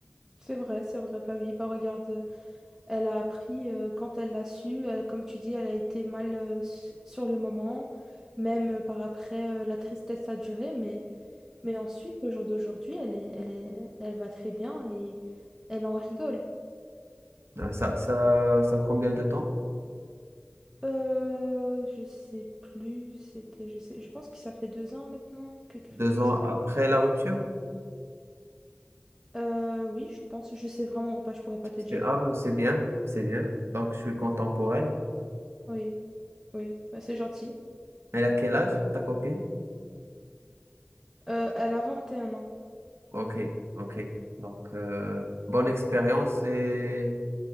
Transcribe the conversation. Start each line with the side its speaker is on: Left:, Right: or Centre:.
Centre: C'est vrai, c'est vrai. Bah oui, bah regarde, euh, elle a appris euh, quand elle l'a su. elle- comme tu dis, elle a été mal euh, su- sur le moment. Même euh, par après, euh, la tristesse a duré. Mais, mais ensuite, au jour d'aujourd'hui, elle est, elle est, elle va très bien et elle en rigole.
Right: Euh, Ça, ça, ça combien de temps?
Centre: Euh, je sais plus. C'était, je sais, je pense que ça fait deux ans maintenant, quelque
Right: Deux
Centre: chose comme
Right: ans
Centre: ça.
Right: après la rupture?
Centre: Euh, oui, je pense. Je sais vraiment pas. Je pourrais pas te
Right: C'est,
Centre: dire.
Right: ah, mais c'est bien, c'est bien. Donc, je suis content pour elle.
Centre: Oui. Oui, bah c'est gentil.
Right: Elle a quel âge, ta copine?
Centre: Euh, elle a 21 ans.
Right: Ok, ok. Donc, euh, bonne expérience et